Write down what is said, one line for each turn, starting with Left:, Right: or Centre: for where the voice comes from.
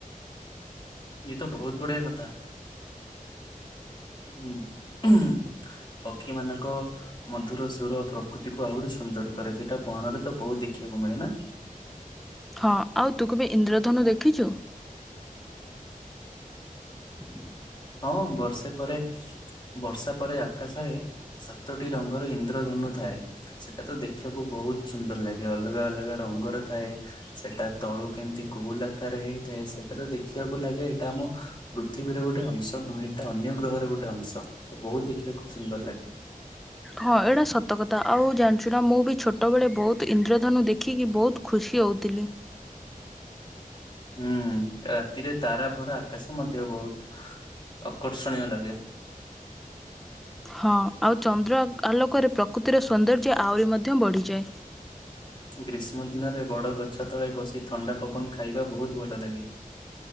Left: ଇଏ ତ ବହୁତ ବଢିଆ କଥା ହୁଁ। ହୁଁ ପକ୍ଷୀ ମାନଙ୍କ ମଧୁର ସୁର ପ୍ରକୃତିକୁ ଆହୁରି ସୁନ୍ଦର କରେ ସେଟା କଣରେ ତ ବହୁତ ଦେଖିବାକୁ ମିଳେ ନା।
Centre: ହଁ ଆଉ ତୁ କେବେ ଇନ୍ଦ୍ରଧନୁ ଦେଖିଛୁ <inaudible>
Left: ହଁ ବର୍ଷେ ପରେ ବର୍ଷା ପରେ ଆକାଶରେ ସାତଟି ରଙ୍ଗର ଇନ୍ଦ୍ରଧନୁ ଥାଏ, ସେଟା ତ ଦେଖିବାକୁ ବୋହୁ ବୋହୁତ ସୁନ୍ଦର ଲାଗେ ଅଲଗା ଅଲଗା ରଙ୍ଗର ଥାଏ ସେଟା ତଳୁ କେମିତି ଗୋଲ ଆକାରରେ ହେଇଥାଏ। ସେଇଟା ତ ଦେଖିବାକୁ ଲାଗେ ଏଇଟା ଆମ ପୃଥିବୀର ଗୋ ଗୋଟେ ଅଂଶ ନୁହେଁ ତ ଅନ୍ୟ ଗ୍ରହର ଗୋଟେ ଅଂଶ ତ ବୋହୁତ ଦେଖିବାକୁ ଖୁବ ସୁନ୍ଦର ଲାଗେ।
Centre: ହଁ ଏଇଟା ସତ କଥା ଆଉ ଜାଣିଚୁ ନା ମୁଁ ବି ଛୋଟ ବେଳେ ବୋହୁତ ଇନ୍ଦ୍ରଧନୁ ଦେଖିକି ବୋହୁତ ଖୁସି ହୋଉଥିଲି।
Left: ହୁଁ ରାତିରେ ତାରା ଭରା ଆକାଶ ମଧ୍ୟ ବୋହୁତ ଆକର୍ଷଣୀୟ ଲାଗେ।
Centre: ହଁ ଆଉ ଚନ୍ଦ୍ର ଆଲୋକରେ ପ୍ରକୃତିର ସୌନ୍ଦର୍ଯ୍ୟ ଆହୁରି ମଧ୍ୟ ବଢିଯାଏ।
Left: ଗ୍ରୀଷ୍ମ ଦିନରେ ବଡ ଗ ଛ ତଳେ ବସି ଥଣ୍ଡା ପବନ ଖାଇବା ବହୁତ ଭଲ ଲାଗେ।